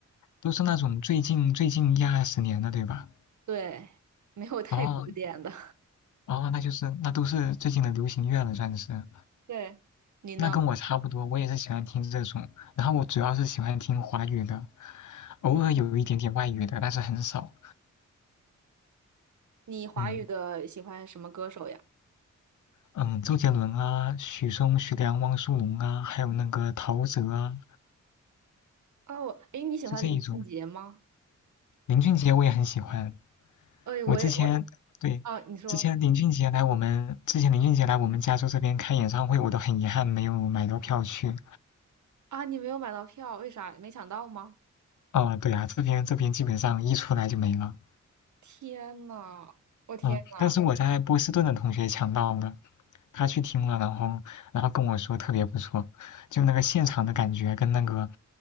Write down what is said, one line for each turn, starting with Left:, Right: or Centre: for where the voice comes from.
Left: 都是那种最近最近一二十年的，对吧？
Right: 对，没有太古典的。
Left: 哦哦，那就是那都是最近的流行乐了，算是。
Right: <laughs> 对，你呢？
Left: 那跟我差不多，我也是喜欢听这种，然后我主要是喜欢听华语的，偶尔有一点点外语的，
Right: 嗯，
Left: 但是很少。
Right: 你华语的喜欢什么歌手呀？
Left: 嗯嗯，周杰伦啊，许嵩、徐良、汪苏泷啊，还有那个陶喆啊，
Right: 哦，诶，你喜欢林俊杰吗？
Left: 就这一种。林俊杰我也很喜欢。
Right: 哎，我也我
Left: 我之前对之前林俊杰来我们之前林俊杰来我们加州这边开演唱会，
Right: 哦，你说。
Left: 我都很遗憾没有买到票去。
Right: 啊，你没有买到票，为啥？没抢到吗？
Left: 哦，对啊，这边这边基本上一出来就没了。
Right: 天呐，我天呐！
Left: 嗯，但是我在波士顿的同学抢到了，他去听了，然后然后跟我说特别不错，就那个现场的感觉跟那个